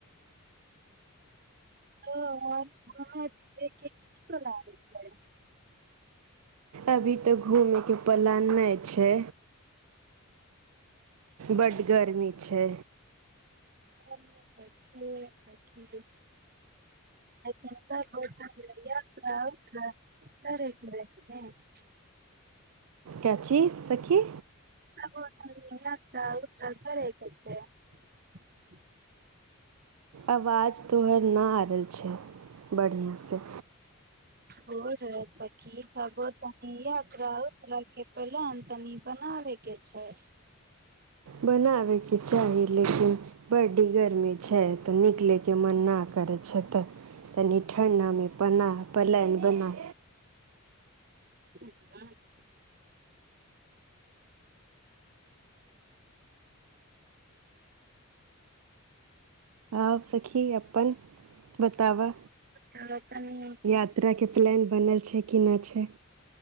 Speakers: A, on the right (about 45°); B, on the right (about 80°).
A: ओ घ कीत लाग छै <unintelligible>
B: अभी तऽ घूमयकेँ प्लान नहि छै बड्ड गर्मी छै
A: कर <inaudible>
B: कै चीज सखी
A: पोधनी यात्रा उतर करैय के छै से <unintelligible>
B: आवाज तऽ ओहिना आवैय छै बढ़ियांसँ
A: ब रह सखी तबो तनी यात्रा उतरय के प्लान तनि बनाबेके छै <unintelligible>
B: बनाबयके चाही लेकिन बड्डगर्मी छै तऽ निकलयकेँ मन नहि करै छै तऽ तनि ठण्डामे पना पलायन बना
A: हँ <inaudible>
B: आउ सखी अपन बतावा
A: त तनी
B: यात्राकेँ प्लैन बनल छै केनै छै